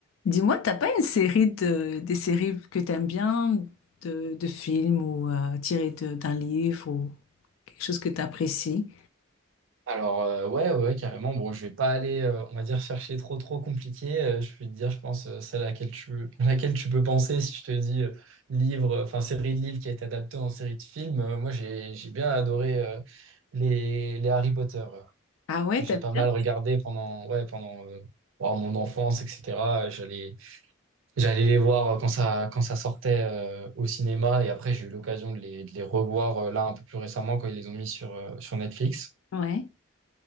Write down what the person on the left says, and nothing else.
Dis-moi, t'as pas une série de des séries que t'aimes bien de, de films ou euh, tirées de- d'un livre ou quelque chose que t'apprécies?
Ah ouais,
t'aimes
bien?
Ouais.